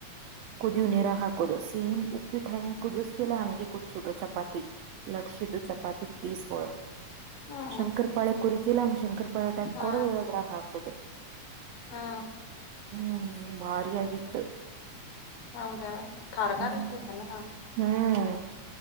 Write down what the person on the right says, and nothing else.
ಕುದಿಯು ನೀರಾಗ ಹಾಕೋದು ಸೇಮ್ ಉಪ್ಪಬಿಟ್ಟು ಹೆಯಾಂ ಕುದಿಸತಿಲ್ಲ ಹಂಗೆ ಕುದಸೋುದು ಚಪಾತಿ ಲಟ್ಸ ಚಪಾತಿ ಪೀಸ್ ಬ
ಶಂಕರ್ ಪಾಳೆ ಕುರಿತಿಲ್ಲ ಹಂಗ ಶಂಕರ್ ಪಾಳೆ ಟ
ಕೊರದದ್ರ ಹಾಕುದು
ಹ್ಮ್ ಭಾರಿ ಆಗಿತ್ತು
ಹ್ಮ್
ಹ್ಮ್